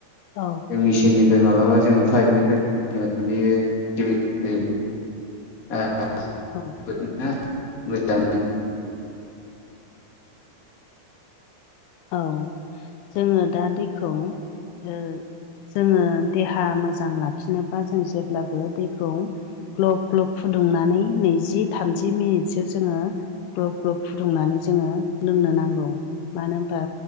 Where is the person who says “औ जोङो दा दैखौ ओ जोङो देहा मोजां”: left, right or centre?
Left